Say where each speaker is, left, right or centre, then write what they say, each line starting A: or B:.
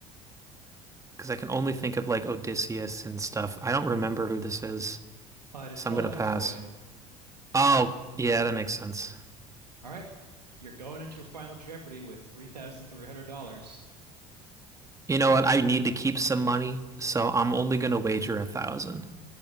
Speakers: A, on the right; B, on the right.
A: because I can only think of like Odysseus and stuff. I don't remember who this is,
B: Uh, it is
A: so
B: Helen
A: I'm gonna pass.
B: of Troy.
A: Oh, yeah, that makes sense.
B: All right. You're going into a final Jeopardy with $3,300.
A: You know what? I need to keep some money, so I'm only gonna wager a thousand.